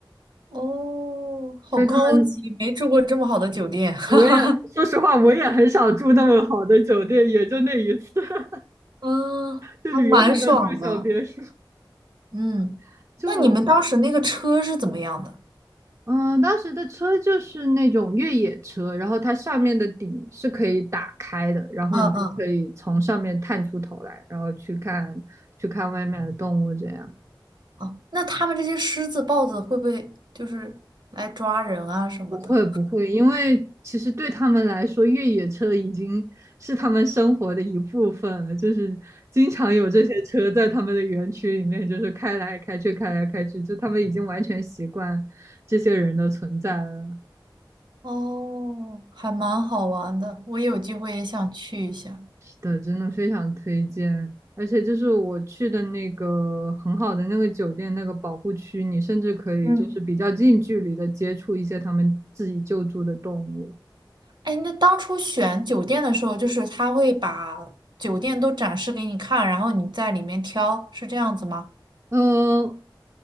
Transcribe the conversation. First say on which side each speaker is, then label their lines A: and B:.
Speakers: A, on the right; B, on the right.
A: 哦，好高级，
B: 所以他们
A: 没住过这么好的酒店。<laughs>
B: 我也说实话，我也很少住那么好的酒店，也就那一次，<laughs>
A: 嗯，
B: 就旅游还能住小别墅，
A: 还蛮爽的，嗯那你们当时那个车是怎么样的？
B: <laughs> 就。嗯，当时的车就是那种越野车，然后它上面的顶是可以打开的，然后你就可以从上面探出头来，
A: 嗯嗯，
B: 然后去看去看外面的动物这样。
A: 哦，那他们这些狮子、豹子会不会就是来抓人啊什么的？
B: 不会不会，因为其实对他们来说，越野车已经是他们生活的一部分了，就是经常有这些车在他们的园区里面，就是开来开去，开来开去，就他们已经完全习惯这些人的存在了。
A: 哦，还蛮好玩的，我有机会也想去一下。
B: 是的，真的非常推荐。而且就是我去的那个很好的那个酒店，那个保护区，你甚至可以就是比较近距离的接触一些他们自己救助的动物。
A: 嗯，哎，那当初选酒店的时候，就是他会把酒店都展示给你看，然后你在里面挑，是这样子吗？
B: 呃，